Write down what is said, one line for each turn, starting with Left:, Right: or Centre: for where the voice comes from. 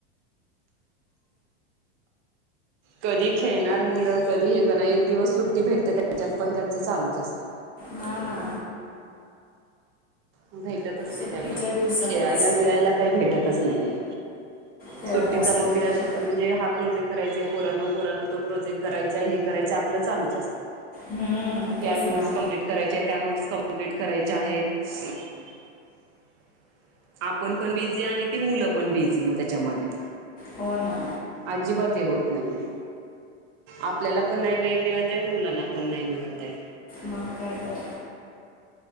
Right: कधी खेळणार मुलं, कधी हे करणार, एक दिवस सुट्टी भेटते त्याच्यात पण त्यांचं चालूच असतं.
Left: हां ना.
Right: भेटतच नाही
Left: सुट्टीच्या
Right: त्यांना
Left: दिवसातच
Right: खेळायला बिळायला काही भेटतच नाही ये.
Left: खेळत
Right: सुट्टीचा
Left: असतील
Right: मग वीराज
Left: तर
Right: म्हणजे हा प्रोजेक्ट करायचा आहे पोरानो, पोरानो तो प्रोजेक्ट करायचाय हे करायचं आपलं चालूच असतं.
Left: हम्म, तेच
Right: या नोट्स
Left: ना
Right: कमप्लीट करायच्या, त्या नोट्स कमप्लीट करायच्या आहेत. <inaudible> आपण पण बिझी आणि ती मुलं पण बिझी मग त्याच्यामध्ये.
Left: हो ना.
Right: अजिबात हे होत नाहीये आपल्याला पण नाही वेळ मिळतय अन मुलांना पण नाही मिळतय.
Left: मग काय तर.